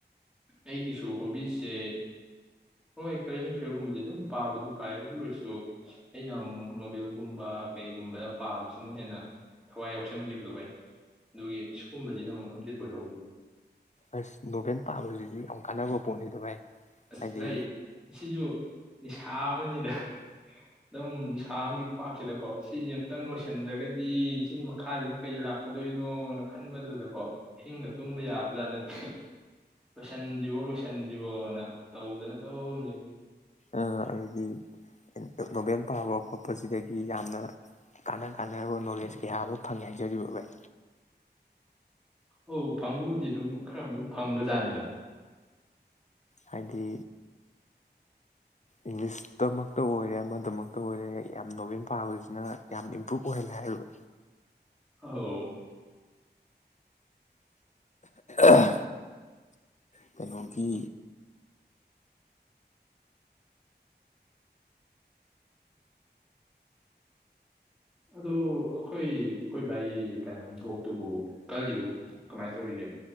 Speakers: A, in the centre; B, on the left.
A: ꯑꯩꯒꯤꯁꯨ ꯍꯣꯕꯤꯁꯦ ꯍꯣꯏ ꯀꯥꯔꯦꯟ ꯑꯦꯐꯤꯌꯔꯒꯨꯝꯕꯁꯦ ꯑꯗꯨꯝ ꯄꯥꯕꯨꯗꯤ ꯄꯥꯏ ꯑꯗꯨꯑꯣꯏꯁꯨ ꯑꯩꯅꯃꯨꯛ ꯅꯣꯕꯦꯜꯒꯨꯝꯕ ꯑ ꯀꯩꯒꯨꯝꯕꯗ ꯄꯥꯕꯁꯤꯅ ꯍꯦꯟꯅ ꯊꯋꯥꯏ ꯌꯥꯎꯁꯟꯈꯤꯕꯗꯣ ꯚꯥꯏ ꯑꯗꯨꯒꯤ ꯁꯤꯒꯨꯝꯕꯁꯤꯅ ꯑꯃꯨꯛ ꯑꯞꯗꯦꯠ ꯑꯣꯏ
B: ꯑꯁ ꯅꯣꯕꯦꯟ ꯄꯥꯂꯣꯏꯖꯤ ꯑꯩ ꯌꯥꯝ ꯀꯥꯟꯅꯕ ꯄꯣꯠꯅꯤꯗ ꯚꯥꯏ
A: ꯑꯁ
B: ꯍꯥꯏꯗꯤ
A: ꯚꯩ ꯁꯤꯖꯨ ꯅꯤꯁꯥ ꯑꯃꯅꯤꯗ ꯑꯗꯨꯝ ꯅꯤꯁꯥ ꯑꯃꯒꯤ ꯄꯥꯛꯁꯤꯗꯀꯣ ꯁꯤꯁꯦ ꯑꯝꯇꯪ ꯂꯣꯏꯁꯤ ꯁꯤꯟꯗ꯭ꯔꯒꯗꯤ ꯁꯤ ꯃꯈꯥꯗꯅ ꯀꯩ ꯂꯥꯛꯀꯗꯣꯏꯅꯣꯅ ꯈꯟꯕꯗꯨꯗꯀꯣ ꯑꯍꯤꯡꯒ ꯇꯨꯝꯕ ꯌꯥꯕꯖꯥꯠ ꯅꯠꯇꯦ ꯂꯣꯏꯁꯤꯟꯗꯔꯤꯕꯣ ꯂꯣꯏꯁꯤꯟꯗꯤꯕꯣꯅ ꯇꯧꯗꯅ ꯑꯗꯨꯝ ꯂꯩ
B: ꯑ ꯑꯗꯨꯗꯤ ꯅꯣꯕꯦꯜ ꯄꯥꯕ ꯈꯣꯠꯄꯁꯤꯗꯤ ꯑꯩ ꯌꯥꯝꯅ ꯀꯥꯟꯅ ꯀꯥꯟꯅꯔꯕ ꯅꯣꯂꯦꯖ ꯀꯌꯥ ꯑꯃ ꯐꯪꯉꯦ ꯍꯥꯏꯖꯔꯤꯕ ꯚꯥꯏ
A: ꯑꯧ ꯐꯪꯕꯕꯨꯗꯤ ꯑꯗꯨꯝ ꯈꯔ ꯑꯗꯨꯝ ꯐꯪꯕꯖꯥꯠꯅꯤꯗ
B: ꯍꯥꯏꯗꯤ ꯏꯪꯂꯤꯁꯇꯃꯛꯇ ꯑꯣꯏꯔꯦ ꯑꯃꯗꯃꯛꯇ ꯑꯣꯏꯔꯦ ꯌꯥꯝ ꯅꯣꯚꯦꯜ ꯄꯥꯕꯁꯤꯅ ꯌꯥꯝ ꯏꯝꯄ꯭ꯔꯨꯞ ꯑꯣꯏꯍꯜꯂꯦ ꯍꯥꯏꯔꯤꯕ
A: ꯑꯧ
B: ꯑꯥ ꯀꯩꯅꯣꯒꯤ
A: ꯑꯗꯣ ꯑꯩꯈꯣꯏ ꯑꯩꯈꯣꯏ ꯚꯥꯏꯒꯤ ꯀꯩꯅꯣ ꯏꯕꯣꯛꯇꯨꯕꯨ ꯀꯜꯂꯤꯕꯣ ꯀꯃꯥꯏ ꯇꯧꯔꯤꯒꯦ